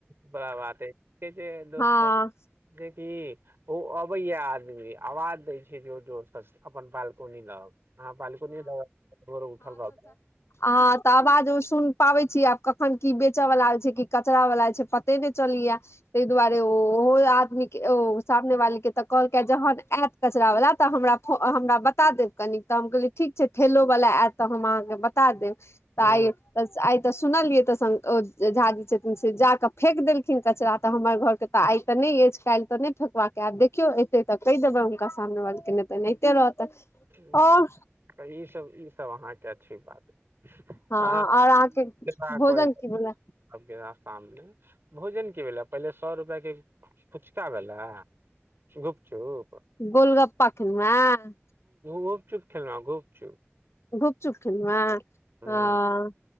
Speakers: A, on the right; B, on the left.
A: बड़ा बात हय कहे दोस्तो
B: हँ
A: छि कि ओ अबैया आदमी आवाज दै छै जोर जोरसँ अपन बालकोनी म औउ हँ बालकोनी ल भोरे भोरे उठल रहबै
B: आ तऽ आवाज ओ सुन पाबै छीय आब कखन की बेचैय वाला छै क कचरा वाला छै पते नहि चलैय तही दुआरे ओहो आदमीक ओ सामने वालीके तऽ कहलकै जहन आयत कचरावला तऽ हमरा हमरा बता देब कनि तऽ हम कहलियै ठीक छै ठेलो वला आयत तऽ हम अहाँके बता देब
A: हूँ
B: आय तऽ सुनलियै तऽ झाजी छथिन से जाकऽ फेक देलखिन कचरा तऽ हमर घरके तऽ आइ तऽ नहि अछि काल्हि तऽ नहि फेकबाक के आब देखियौ एतै तऽ कहि देबै हुनका सामने वाली के तऽ अनाहिते रहतनि
A: नहि
B: आओर
A: तऽ ईसभ ईसभ अहाँके अछि बात अहाँ
B: हँ
A: केना
B: आओर अहाँके भोजन
A: करै छै
B: की भेलै
A: आबके शामने भोजन की भेलै पहिले सौ रुपैयाके फुचका भेलै गुप चूप
B: गोलगप्पा खेलौ हें
A: घुपचुप खेलौ घुपचुप
B: घुपचुप खेलौ हें
A: हुँ